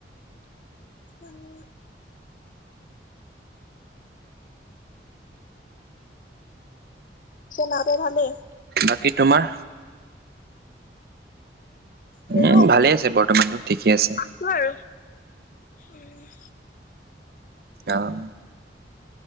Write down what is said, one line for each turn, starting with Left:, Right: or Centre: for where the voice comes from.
Left: উম। মাহঁতৰ ভালেই?
Right: বাকী তোমাৰ?
Left: মোৰো
Right: উম, ভালে আছে বৰ্তমানতো। ঠিকে আছে
Left: আছো আৰু, উম।
Right: অহ।